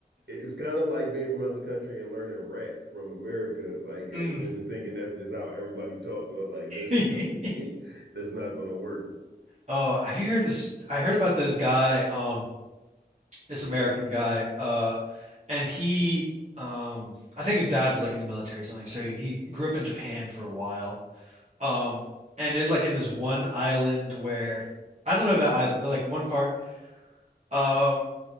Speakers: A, on the right; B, on the right.
A: it's kind of like being from another country and learning rap from America, like,
B: Mm.
A: and then thinking that's just how everybody talks. like that's
B: <laughs>
A: <laughs> that's not gonna work.
B: Oh, have you heard this? I heard about this guy, um, this American guy, uh, and he, um, I think his dad was like in the military or something, so he, he grew up in Japan for a while, um, and is like in this one island where I don't know about island, but like one part, um,